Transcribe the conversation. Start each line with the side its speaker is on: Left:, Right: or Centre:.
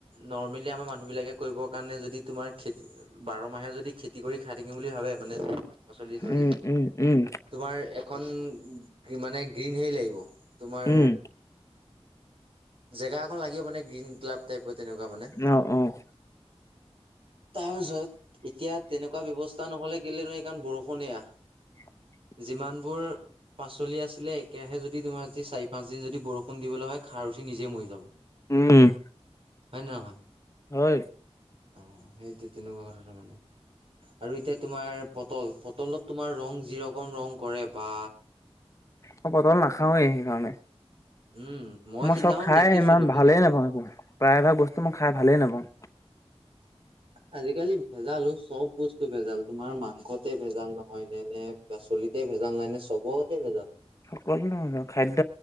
Right: নৰ্মেলি আমাৰ মানুহ বিলাকে কৰিব কাৰণে যদি তোমাৰ খেত বাৰ মাহে যদি খেতি কৰি খাই থাকিম বুলি মানে পাচলি ধৰি
Left: উম উম উম
Right: তোমাৰ এখন মানে গ্ৰীণ হেৰি লাগিব তোমাৰ
Left: উম
Right: জেগা অকন লাগিব‌ মানে গ্ৰীণ ক্লাব টাইৰ তেনেকুৱা মানে।
Left: অ'অ'।
Right: তাৰ পিছত এতিয়া তেনেকুৱা ব্যৱস্থা নহলে কেলেন ৰ কাম বৰষুণে আহ।
Left: <inaudible>
Right: যিমান বোৰ পাচলি আছিলে একেৰাহে যদি তোমাৰ যদি চাৰি পাঁচ দিন যদি বৰষুণ দিবলৈ হয় খাৰ সি নিজে মৰি যাব।
Left: উম,
Right: হয় নে নহয়?
Left: হয়।
Right: অ', সেইটো তেনেকুৱা কথা তাৰ মানে। আৰু এতিয়া তোমাৰ পটল পটলত তোমাৰ ৰং যি ৰকম ৰং কৰে বা।
Left: মই পটল নাখাওৱেই, সেইকাৰণে।
Right: উম
Left: মই
Right: সিদিনাখন
Left: চব খাই
Right: দেখিছিলো
Left: ইমান
Right: ভিডিঅ'ত
Left: ভালেই নাপাওঁ একো প্ৰায় ভাগ বস্তু মই খাই ভালেই নাপাওঁ।
Right: আজিকালি ভেজাল চব বস্তু ভেজাল তোমাৰ মাংসতে ভেজাল নহ হয় <unintelligible> পাচলিতে ভেজাল নাই নে চবতে ভেজাল।
Left: সকলো নহয় খাদ্য